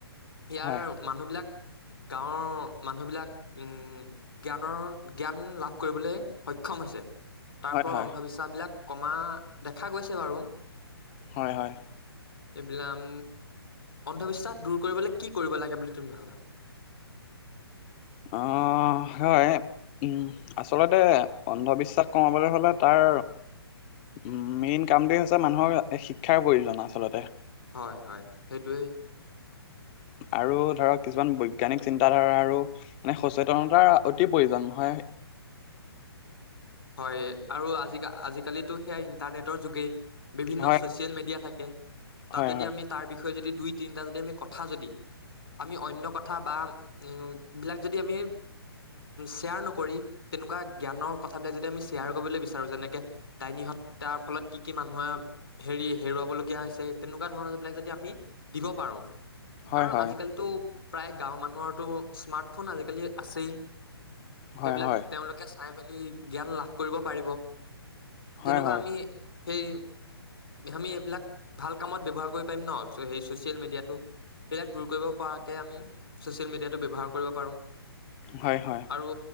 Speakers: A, on the left; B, on the left.
A: ইয়াৰ
B: হয়
A: মানুহবিলাক, গাঁৱৰ মানুহবিলাক, উম জ্ঞানৰ জ্ঞান লাভ কৰিবলৈ সক্ষম হৈছে। তাৰ
B: হয়
A: ফলত অন্ধবিশ্বাস বিলাক কমা দেখা গৈছে বাৰু।
B: হয়, হয়।
A: এইবিলাক উম, অন্ধবিশ্বাস দূৰ কৰিবলৈ কি কৰিব লাগে বুলি তুমি ভাবা?
B: অ, হয় উম আচলতে, অন্ধবিশ্বাস কমাবলৈ হ'লে তাৰ উম মেইন কামটোৱে হৈছে, মানুহৰ শিক্ষাৰ প্ৰয়োজন আচলতে।
A: হয়, হয়, সেইটোৱেই।
B: আৰু ধৰক কিছুমান বৈজ্ঞানিক চিন্তাধাৰা আৰু মানে সচেতনতাৰ অতি প্ৰয়োজন হয়।
A: হয়, আৰু আজিক আজিকালিতো সেয়া ইন্টাৰনেটৰ যুগেই। বিভিন্ন
B: হয়
A: ছচিয়েল মিডিয়া থাকে। তাত
B: হয়
A: যদি
B: হয়
A: আমি তাৰ বিষয়ে যদি দুই তিনিটা যদি আমি কথা যদি, আমি অন্য কথা বা উম বিলাক যদি আমি শ্বেয়াৰ নকৰি, তেনেকুৱা জ্ঞানৰ কথ থাবিলাক যদি আমি শ্বেয়াৰ কৰিবলৈ বিচাৰো, যেনেকে দাইনী হত্যাৰ ফলত কি কি মানুহে হেৰি হেৰুৱাব লগীয়া হৈছে, তেনেকুৱা ধৰণৰ বিলাক যদি আমি দিব পাৰো
B: হয়
A: কাৰণ,
B: হয়
A: আজিকালিতো প্ৰায় গাঁওঁৰ মানুহৰটো, স্মাৰ্টফোন আজিকালি আছেই।
B: হয়
A: সেইবিলাক
B: হয়
A: তেওঁলোকে চাই মেলি জ্ঞান লাভ কৰিব পাৰিব।
B: হয়
A: তেনেকুৱা
B: হয়
A: আমি সেই আমি এইবিলাক ভাল কামত ব্যৱহাৰ কৰিব পাৰিম ন'! সেই চচিয়েল মিডিয়াটো এইবিলাক দূৰ কৰিব পৰাকে আমি - ছচিয়েল মিডিয়াটো ব্যৱহাৰ কৰিব পাৰোঁ।
B: হয়, হয়।
A: আৰু